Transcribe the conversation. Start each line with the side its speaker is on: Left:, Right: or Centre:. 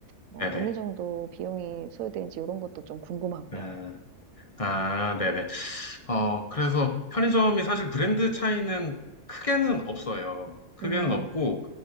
Left: 네네.
Right: 뭐 어느 정도 비용이 소요되는지 이런 것도 좀 궁금하고요.
Left: 아, 아, 네네. 어, 그래서 편의점이 사실 브랜드 차이는 크게는 없어요. 크게는
Right: 음,
Left: 없고,